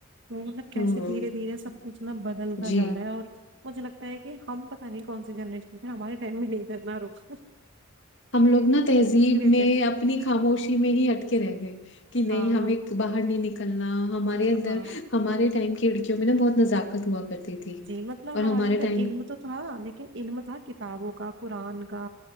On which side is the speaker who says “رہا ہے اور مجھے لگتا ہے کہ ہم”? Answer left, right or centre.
Right